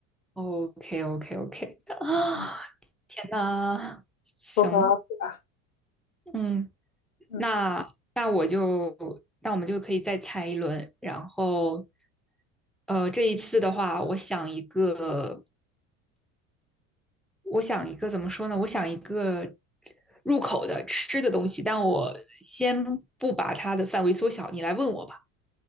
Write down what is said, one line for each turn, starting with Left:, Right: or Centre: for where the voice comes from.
Centre: ，OK OK OK 啊，
Left: 嗯，
Centre: 那行，
Left: 符合对吧？
Centre: 嗯，
Left: 嗯
Centre: 那那我就那我们就可以再猜一轮，然后呃，这一次的话，我想一个。我想一个怎么说呢？我想一个入口的吃的东西，但我先不把它的范围缩小，你来问我吧。